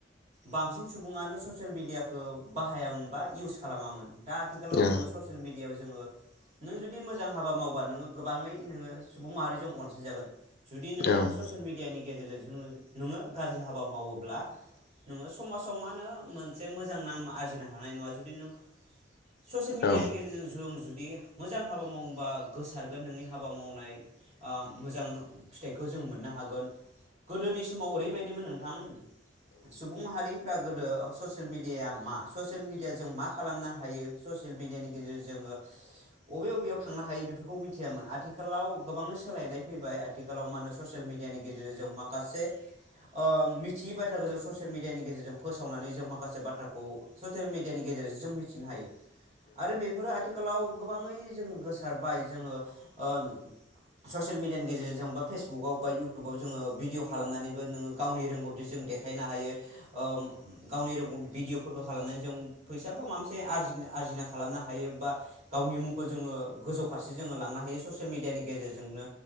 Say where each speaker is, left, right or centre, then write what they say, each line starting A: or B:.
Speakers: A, on the right; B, on the left.
A: बांसिन सुबुङानो ससेल मिडियाखौ बाहायामोन बा इउस खालामामोन दा आथिखालाव
B: औ
A: जोङो ससियेल मिडिया याव जोङो नों जुदि मोजां हाबा मावोबा नोङो गोबाङै नोङो सुबुं माहारिजों अनसायजागोन जुदि नोङो
B: औ औ उम
A: ससियेल मिडियानि नि गेजेरजों नोङो गाज्रि हाबा मावोब्ला नोङो समाजाव मा होनो मोनसे मोजां नाम आरजिनो हानाय नङा जुदि नों ससियेल मिडियानि
B: औ
A: गेजेरजों जों जुदि मोजां हाबा मावोबा गोसारगोन नोंनि हाबा मावनाय आ मोजां फिथाइखौ जों मोननो हागोन गोदोनि समाव ओरैबायदिमोन नोंथां सुबुं माहारि फोरा गोदो ससियेल मिडियाया मा ससियेल मिडियाजों जों मा ख खालामनो हायो ससियेल मिडियानि गेजेरजों बबे बबेयाव थांनो हायो बेफोरखौ मिथियामोन आथिखालाव गोबाङै सोलायनाय फैबाय आथिखालाव मा होनो ससियेल मिडियानि गेजेरजों जों माखासे ओ मिथियै बाथ्राखौ जों ससियेल मिडियानि गेजेरजों फोसावनानै जों माखासे बाथ्राखौ ससियेल मिडियानि गेजेरजों जों मिथिनो हायो आरो बेफोरो आ खालाव गोबाङै जों गोसारबाय जोङो ओ ससियेल मेडियानि गेजेरजों बा फेसबुकाव बा इउटुबाव जोङो भिडिय खालामनानैबो नोङो गावनि रोंगौथि जों देखायनो हायो ओ गावनि रोंगौ भिडिय'फोरखौ खालामनानै जों फैसा बा माबा मोनसे आरजि-आरजिना खालामनो हायो बा गावनि मुंखौ जोङो गोजौ फारसे जोङो लांनो हायो ससियेल मिडियानि गेजेरजोंनो